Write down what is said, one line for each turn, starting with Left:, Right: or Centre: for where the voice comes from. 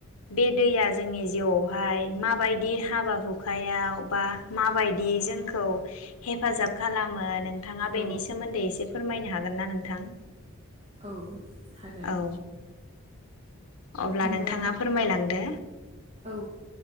Left: बे दैया जोंनि जिउआवहाय माबायदि हाबा हुखायाव बा माबायदि जोंखौ हेफाजाब खालामो नोंथाङा बेनि
Right: औ
Left: सोमोन्दै एसे फोरमायनो हागोन ना नोंथां?
Right: औ हागोन
Left: औ अब्ला
Right: होमबा
Left: नोंथाङा फोरमायलांदो
Right: औ